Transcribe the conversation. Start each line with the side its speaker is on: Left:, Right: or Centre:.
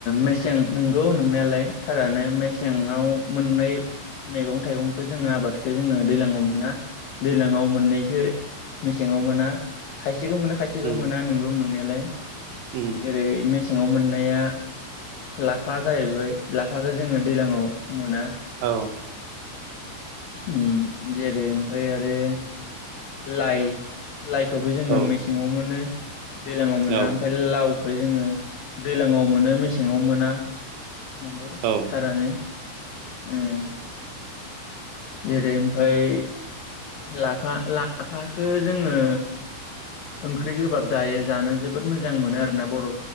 Left: मेसें नंगौ नंनायालाय थारानो मेसेंङाव मोननाय मैगं थाइगंखौ जोंङो आबादखौ जोंङो दैलाङाव मोना दैलाङाव मोननायखौ मेसेङाव मोना खाय सेखौ मोनो खाासेखौ
Right: उम
Left: मोना नोंगौ नोंनायालाय
Right: उम
Left: जेरै में सेंङाव मोननाया लाफा जाहैबाय लाफाखौ जोंङो दैज्लाङाव मोना।
Right: औ
Left: अम जेरै ओमफाय आरो लाय लायखौबो जोंङो
Right: औ
Left: मेसेङाव मोनो। दैलाङाव मोना
Right: औ
Left: ओमफ्राय लाव बे जोंङो दैजलांव मोनो मेसेंङाव मोना। नोंगौ
Right: औ
Left: थारानो अम जेरै ओमफ्राय लाफा लाफाखो जोंङो ओंख्रि गोबाब जायो जानो जोबोद मोजां मोनो आरोना बर'